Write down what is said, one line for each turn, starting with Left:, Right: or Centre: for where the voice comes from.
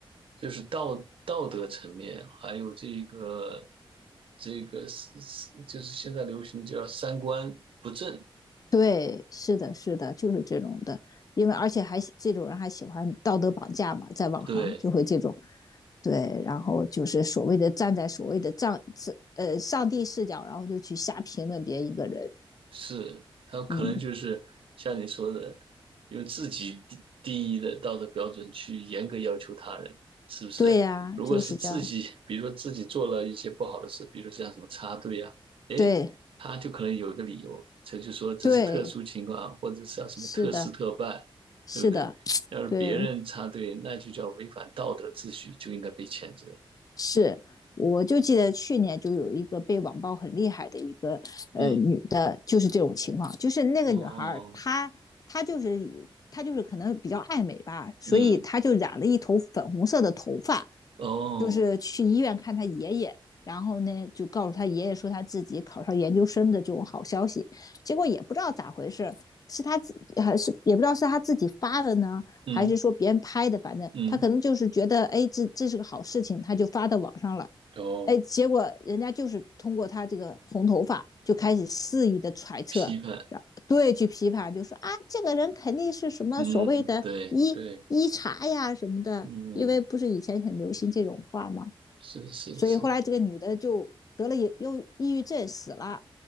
Right: 就是道道德层面，还有这个这个是是就是现在流行的叫三观不正，
Left: 对，是的，是的，就是这种的，因为而且还这种人还喜欢道德绑架嘛，在网上就会这种，
Right: 对。
Left: 对，然后就是所谓的站在所谓的上呃上帝视角，然后就去瞎评论别一个人，
Right: 是，他可能就是像你说的，
Left: 嗯，
Right: 用自己定定义的道德标准去严格要求他人，是不是？
Left: 对呀、
Right: 如果是自己，
Left: 啊就是这样，
Right: 比如说自己做了一些不好的事，比如说像什么插队啊，诶，
Left: 对
Right: 他就可能有一个理由，他就说这是特殊情况，
Left: 对，
Right: 或者像什么特事特办，
Left: 是的，是的，
Right: 对不对？要是别人插队，
Left: 对，
Right: 那就叫违反道德秩序，就应该被谴责。
Left: 是，我就记得去年就有一个被网暴很厉害的一个呃女的，
Right: 嗯，
Left: 就是这种情况，就是那个女孩儿，
Right: 哦，
Left: 她她就是她就是可能比较爱美吧，所以她就染了一头粉红色的头发，
Right: 嗯，哦，
Left: 就是去医院看他爷爷，然后呢就告诉他爷爷说他自己考上研究生的这种好消息，结果也不知道咋回事，是他自还是也不知道是他自己发的呢，还是说别人拍的，
Right: 嗯，
Left: 反正他可能就是觉得哎这这是个好事情，
Right: 嗯，
Left: 他就发到网上了，
Right: 哦，
Left: 哎，结果人家就是通过他这个红头发就开始肆意的揣测，
Right: 批判。
Left: 然对去批判，就说啊，这个人肯定是什么所谓的医医茶呀什么的，
Right: 嗯，对对，嗯，
Left: 因为不是以前很流行这种话吗？
Right: 是是是，
Left: 所以后来这个女的就得了忧又抑郁症死了，